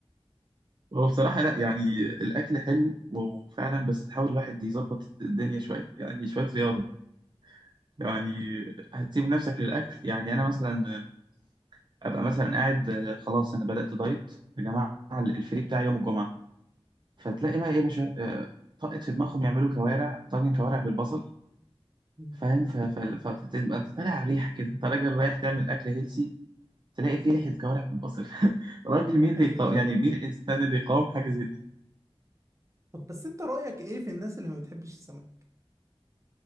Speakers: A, on the right (about 45°); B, on the right (about 30°).
A: هو بصراحة لا يعني الأكل حلو وفعلا بس تحاول الواحد يظبط الدنيا شوية يعني شوية رياضة يعني هتسيب نفسك للأكل يعني أنا مثلا أبقى مثلا قاعد آه، خلاص أنا بدأت دايت يا جماعة الفري بتاعي يوم الجمعة فتلاقي بقى إيه يا باشا آه، طاقت في دماغهم يعملوا كوارع طاجن كوارع بالبصل
B: <laughs>
A: فاهم ف- ف- ف- فتبقى أنت طالع على الريحة كده أنت راجل رايح تعمل أكل هيلسي تلاقي فيه ريحة كوارع بالبصل <laughs> راجل مين اللي
B: ايوه
A: يقاوم يعني
B: ايوه
A: مين الإنسان اللي يقاوم حاجة زي دي
B: طب بس انت رأيك ايه في الناس اللي ما بتحبش السمك